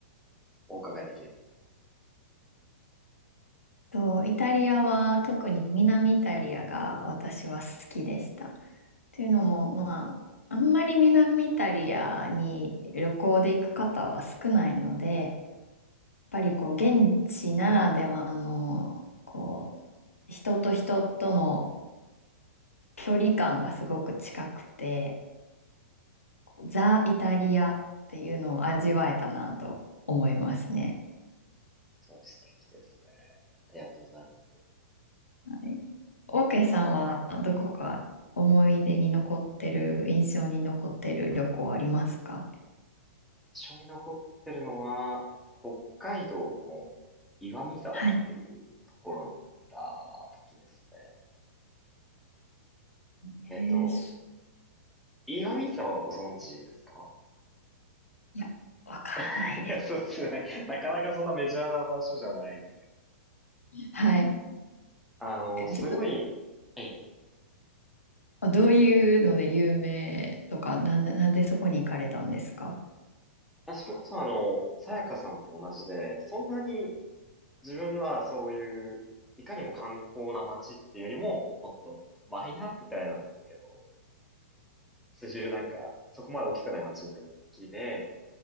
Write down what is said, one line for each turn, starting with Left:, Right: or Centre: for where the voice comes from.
Centre: お伺いできるの
Left: と、イタリアは特に南イタリアが私は好きでした。というのも、まあ、あんまり南イタリアに旅行で行く方は少ないので、やっぱりこう、現地ならではの、こう、人と人との距離感がすごく近くて、こうザ・イタリアっていうのを味わえたなと思いますね。
Centre: すごい素敵ですね。ありがとうございます。
Left: はい。オーケーさんはどこか思い出に残ってる、印象に残ってる旅行ありますか
Centre: 一緒に残ってるのは、北海道の岩見沢っていうところに行った時ですね。
Left: はい。えー、
Centre: えっと、
Left: す
Centre: 岩見沢はご存知ですか
Left: いや、わからないです。
Centre: <laughs> いや、そうですよね。なかなかそんなメジャーな場所じゃないの。
Left: はい。
Centre: あの、
Left: えちょっ
Centre: すごい、ええ、
Left: とどういうので有名とか、なんで、なんでそこに行かれたんですか
Centre: あそれこそあの、さやかさんと同じで、そんなに自分はそういう、いかにも観光な街っていうよりも、もっとマイナーって言ったらあれなんですけど、数十なんか、そこまで大きくない街に行くのが好きで、